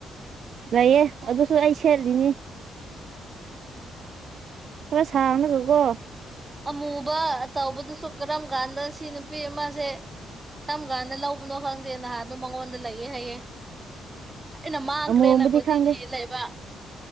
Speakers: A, on the right (about 60°); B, on the right (about 20°).
A: ꯂꯩꯌ‌ꯦ ꯑꯗꯨꯁꯨ ꯑꯩ ꯁꯦꯠꯂꯤꯅꯤ ꯈꯔ ꯁꯥꯡꯂꯒꯀꯣ
B: ꯑꯃꯨꯕ ꯑꯆꯧꯕꯗꯨꯁꯨ ꯀꯔꯝ ꯀꯥꯟꯗ ꯁꯤ ꯅꯨꯄꯤ ꯑꯃꯁꯦ ꯀꯝ ꯀꯥꯟꯗ ꯂꯧꯕꯅꯣ ꯈꯪꯗꯦ ꯅꯍꯥꯟꯗꯣ ꯃꯉꯣꯟꯗ ꯂꯩꯑꯦ ꯍꯥꯏꯌꯦ ꯑꯩꯅ ꯃꯥꯡꯈ꯭ꯔꯦꯅ
A: ꯑꯃꯣꯝꯕꯨꯗꯤ
B: ꯀꯣꯏꯊꯤ
A: ꯈꯪꯗꯦ
B: ꯊꯤ ꯂꯩꯕ